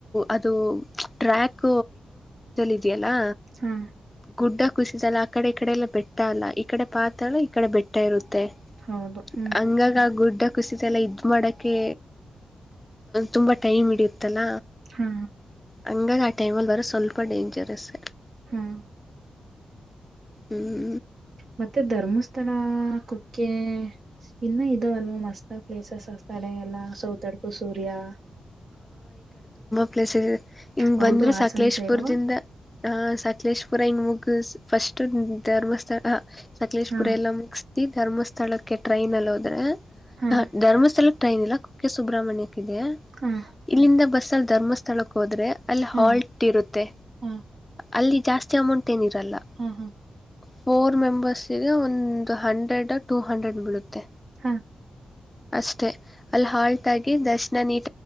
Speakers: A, on the left; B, on the right.
A: ಅದು ಟ್ರ್ಯಾಕ್ ಇದೆಯಲ್ಲಾ
B: ಹಾ
A: ಗುಡ್ಡ ಖುಷಿಸ ಅಲ್ಲ ಆ ಕಡೆ ಈ ಕಡೆ ಎಲ್ಲ ಬೆಟ್ಟ ಅಲ್ಲ ಈ ಕಡೆ ಪಾತ್ರಲ್ಲ ಈ ಕಡೆ ಬೆಟ್ಟ ಇರುತ್ತೆ ಮ
B: ಹೌದು ಹ್ಮ್
A: ಹಂಗಾಗ ಗುಡ್ಡ ಕುಸಿತ ಎಲ್ಲ ಇದ್ ಮಾಡಕೆ ತುಂಬಾ ಟೈಮ್ ಹಡಿಯತ್ತಲ್ಲ
B: ಹಾ
A: ಹಂಗಾಗಿ ಆ ಟೈಮಲ್ಲಿ ಬರೋ ಸ್ವಲ್ಪ ಡೇಂಜರಸ್
B: ಹಾ
A: ಹ್ಮ್
B: ಮತ್ತೆ ಧರ್ಮಸ್ಥ ತ್ತಡ ಕುಕ್ಕೆ ಇನ್ನ ಇದ ಅಲ್ವಾ ಮಸ್ತ ಪ್ಲೇಸಸ್ ತಡೆ ಎಲ್ಲ ಸೌತಡ ಹಡ್ೂ ಸೂಾ
A: ಲ ಹಂಗ
B: ಹೌದು
A: ಬಂದ್ರರು
B: ಹಾಸನ್
A: ಸಕಲೇಶ್ಪುರ್ದಿಂದ
B: ಸೈಡು
A: ಹಾ ಸಕ್ಲೇಶ್ ಪುರ ಹೆಂಗ್ ಮುಗ ಫಸ್ಟ್ ಧರ್ಮಸ್ಥಳ ಸಕ್ಲೇಶ್
B: ಹಾ
A: ಪುರ ಎಲ್ಲ ಮುಗ ಧರ್ಮಸ್ಥಳಕ್ಕೆ ಟ್ರೈನ್ ಅಲ್ಲಿ ಹೋದ್ರೆ
B: ಹಾ
A: ಧರ್ಮಸ್ಥಳ ೈನ್ ಇಲ್ಲ ಕುಕ್ಕೆ ಸುಬ್ರಮಣ್ಯಕ್ ಇದೆ
B: ಹಾ
A: ಇಲ್ಲಿಂದ ಬಸ್ ಅಲ್ಲಿ ಧರ್ಮಸ್ಥಳ ಹೋದ್ರೆ ಅಲ್ಲಿ
B: ಹಾ
A: ಹಾಲ್ಟ್ ಇರುತ್ತೆ
B: ಹಾ
A: ಅಲ್ಲಿ ಜಾಸ್ತಿ ಅಮೌಂಟ್ ನಿರಲ್ಲ
B: ಹಾ ಹಾ
A: ಫೋರ್ ಮೆಂಬರ್ಸ್ ಒಂದು ಹಂಡ್ರೆಡ್ ಟೂ ಹಂಡ್ರೆಡ್ ಬೀಳುತ್ತೆ
B: ಹ
A: ಅಷ್ಟೇ ಅಲ್ಲಿ ಹಾಲ್ಟ್ ಆಗಿ ದರ್ಶನ ನೀ